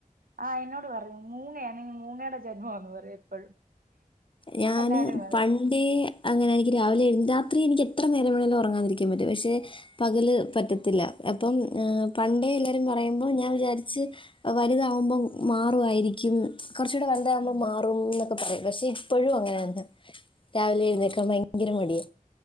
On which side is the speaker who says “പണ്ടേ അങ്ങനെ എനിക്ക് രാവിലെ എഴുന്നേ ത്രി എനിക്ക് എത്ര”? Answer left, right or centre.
Left